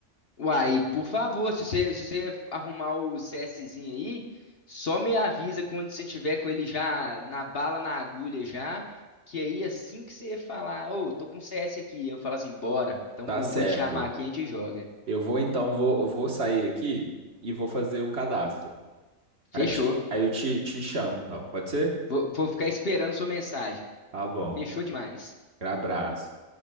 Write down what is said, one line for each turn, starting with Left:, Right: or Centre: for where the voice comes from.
Left: Uai, por favor, se você, se você arrumar o CSzinho aí, só me avisa quando você tiver com ele já na bala, na agulha já, que aí assim que você falar, ô, tô com CS aqui, eu falo assim, bora, então
Right: Tá
Left: vou,
Right: certo.
Left: vou te chamar aqui e a gente joga.
Right: Eu vou então, vou, eu vou sair aqui e vou fazer o cadastro.
Left: Fechou.
Right: Aí eu te, aí eu te, te chamo então, pode ser?
Left: Vou, vou ficar esperando sua mensagem.
Right: Tá bom.
Left: Fechou demais.
Right: Abraço.